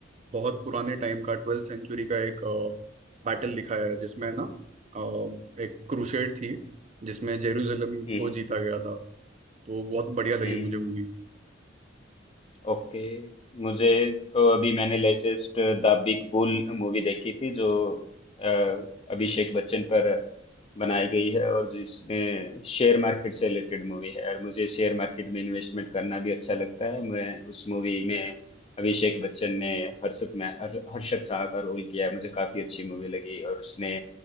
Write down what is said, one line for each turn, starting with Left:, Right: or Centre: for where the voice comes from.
Right: बहुत पुराने टाइम का ट्वेल्थ सेंचुरी का एक बैटल दिखाया है जिसमें है ना अ, एक क्रूसेड थी जिसमें जेरूसलम
Left: हम्म
Right: को जीता गया था तो बहुत बढ़िया लगी
Left: हम्म
Right: मुझे मूवी
Left: ओके मुझे तो अभी मैंने latest the big bull movie देखी थी जो अ, अभिषेक बच्चन पर बनाई गई है और जिसमें शेयर मार्केट से रिलेटेड मूवी है और मुझे शेयर मार्केट में इन्वेस्टमेंट करना भी अच्छा लगता है मैं उस मूवी में अभिषेक बच्चन ने हर्षद में हर- हर्षद शाह का रोल किया है मुझे काफी अच्छी मूवी लगी और उसने